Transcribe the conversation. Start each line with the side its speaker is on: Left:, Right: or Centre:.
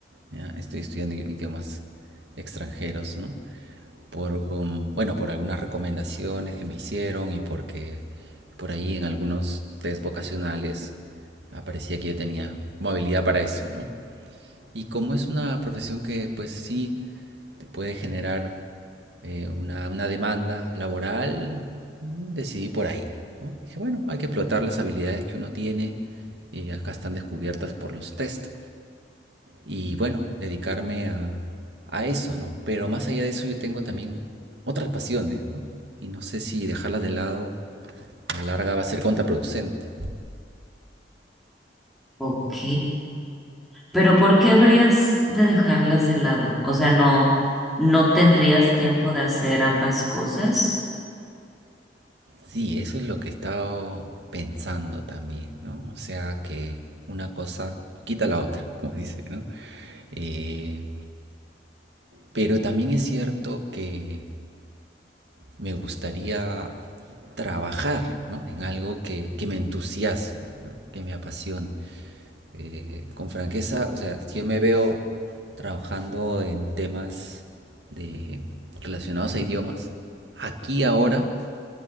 Right: ¿ya? Estoy estudiando idiomas extranjeros, ¿no? por, um, bueno, por algunas recomendaciones que me hicieron y porque por ahí en algunos test vocacionales aparecía que yo tenía movilidad para eso, ¿no? Y como es una profesión que pues sí te puede generar eh, una, una demanda laboral, decidí por ahí, ¿no? Dije, bueno, hay que explotar las habilidades que uno tiene y acá están descubiertas por los test y bueno, dedicarme a, a eso, ¿no? Pero más allá de eso yo tengo también otras pasiones, ¿no? Y no sé si dejarlas de lado a la larga va a ser contraproducente.
Centre: Ok, pero ¿por qué habrías de dejarlas de lado? O sea, no, no tendrías tiempo de hacer ambas cosas.
Right: Sí, eso es lo que he estado pensando también, ¿no? O sea que una cosa no quita la otra, <laughs> como dice, ¿no? Eh, pero también es cierto que me gustaría trabajar, ¿no? En algo que, que me entusiasme, ¿no? que me apasione. eh, con franqueza, o sea, si yo me veo trabajando en temas de, relacionados a idiomas. Aquí ahora,